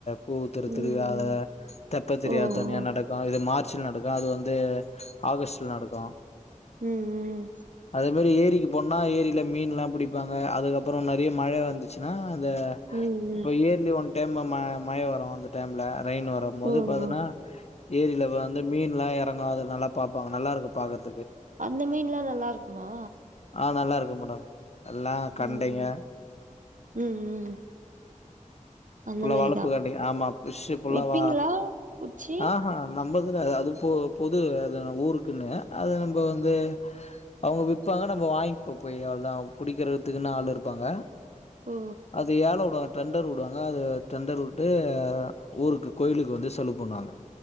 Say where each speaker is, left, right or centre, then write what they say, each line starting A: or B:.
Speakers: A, on the left (about 50°); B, on the right (about 70°).
A: கூவுத்துரு
B: ம்
A: திரியாத
B: ம்
A: தெப்ப தெரியா
B: ஓ ஓ
A: தனியா நடக்கு இது மார்ச் ச்சில் நடக்கு அது வந்து ஆகஸ்ட்டில் நடக்கு
B: ம் ம்
A: அதே மாரி ஏரிக்கு போன்னா ஏரி ல மீன்லா புடிப்பாங்க அதுக்கப்புறோ நறிய மழ வ ருந்துச்சுனா இத
B: ம் ம்
A: இப்ப இயர்லி ஒன் டைம் ம ம மய வரு அந்த டைம்ல ரெயின் வரும் போது
B: ஓ
A: பாத்தனா
B: ஓ
A: ஏரில வந்து மீன்லா எறங்கு அது நல்லா பாப்பாங்க நல்லாருக்கு பாக்கற்
B: அந்த மீன்ல்லா நல்லா இருக்குமா
A: ஆ நல்லா இருக்கு மேடம் எல்லா கண்டைங்க
B: ம் ம் ம் ம். அந்த
A: ஃபுல்லா
B: மாரிதா
A: வளப்பு கண்டி ஆமா ஃப்ரஷு ஃபுல்லா
B: விப்பீங்களா
A: வா
B: புட்ச்சி
A: ஆஹா நம்மள் அதுல அது போ பொது அ ஊருக்குன்னு அது நம்ப வந்து அவுங்க விப்பாங்க நம்ம வாங்கிப்போ போய் அவுள்தா புடிக்கறத்துக்குன்னு ஆள் இருப்பாங்க
B: ஓ
A: அது ஏல உடுவாங்க டெண்டர் உடுவ ஆ அது டெண்டர் வுட்டு ஊருக்கு கோயிலுக்கு வந்து செலவு பண்ணுவாங்க